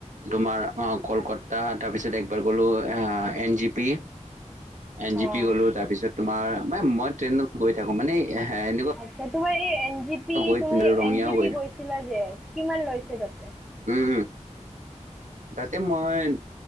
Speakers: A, on the right; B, in the centre.
A: তোমাৰ অ কলকতা তাৰপিছত একবাৰ গলো আৰু আ N G P N G
B: অ'।
A: P গ'লো তাৰপিছত তোমাৰ ম মই ট্ৰেইনত গৈ থাকো মানে এনেকুৱা
B: আচ্ছা তোমাৰ এই এন জি পি
A: গৈ
B: তুমি
A: ৰঙিয়াও
B: এন জি
A: গৈ
B: পি
A: থাকো
B: কৈছিলা যে কিমান লৈছে তাত
A: উম তাতে মই